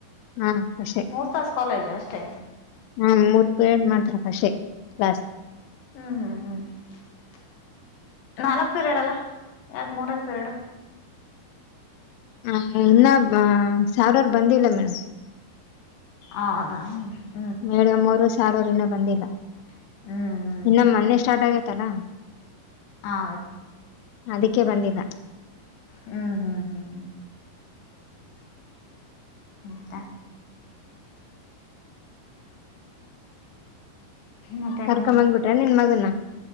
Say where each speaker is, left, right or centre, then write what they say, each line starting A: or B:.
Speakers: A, on the left; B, on the left.
A: ಹಾ ಅಕ್ಕಾ ಅಷ್ಟೇ <inaudible>
B: ಮೂರು ತಾಸು ಕಾಲೇಜು ಅಷ್ಟೇ
A: ಹಾ ಮೂರ್ ಪಿರಡ್ ಮಾಡ್ತಾರ ಅಷ್ಟೆ ಕ್ಲಾಸ್
B: ಹ್ಮ ಹ್ಮ ಹ್ಮ <inaudible> ನಾಲ್ಕ್ ಪೀರೆಯಡ್ ಅಲ್ಲಾ ಯಾಕ್ ಮೂರೆ ಪೀರೆಯಡ್.
A: ಹಾ ಇನ್ನಾ ಬ ಸಾವರಾರ್ ಬಂದಿಲ್ಲ ಮೇಡಮ್
B: ಹೌದಾ ಹ್ಮ.
A: ಮೇಡಮ್ ಅವರು ಸಾರ್ ಅವರ್ ಇನ್ನ ಬಂದಿಲ್ಲ
B: ಹ್ಞೂ ಹ್ಞೂ
A: ಇನ್ನ ಮೊನ್ನೆ ಸ್ಟಾರ್ಟ್ ಆಗೇತ್ತಲ್ಲಾ
B: ಹಾ
A: ಅದಿಕ್ಕೆ ಬಂದಿಲ್ಲಾ.
B: ಹ್ಮ್ ಹ್ಮ್ ಹ್ಮ್ ಹ್ಮ ಮತ್ತ ಮತ್ತೇನಮ್ಮ
A: ಕರ್ಕೊಂಡ ಬಂದಬಿಟ್ರೆನ್ ನಿನ್ ಮಗನ್ನಾ.